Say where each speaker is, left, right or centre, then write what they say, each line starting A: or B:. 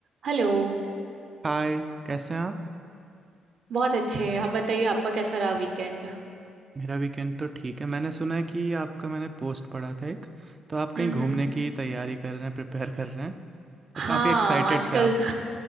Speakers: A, on the right (about 60°); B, on the right (about 30°).
A: हेलो
B: हाय कैसे हैं आप
A: बहुत अच्छे आप बताइए आपका कैसा रहा वीकेंड
B: मेरा वीकेंड तो ठीक है मैंने सुना है कि आपका मैंने पोस्ट पढ़ा था एक तो आप
A: हम्म
B: कहीं घूमने
A: हम्म
B: की तैयारी कर रहे हैं प्रिपेयर कर रहे हैं और
A: हाँ
B: काफ़ी एक्साइटेड
A: आजकल
B: थे आप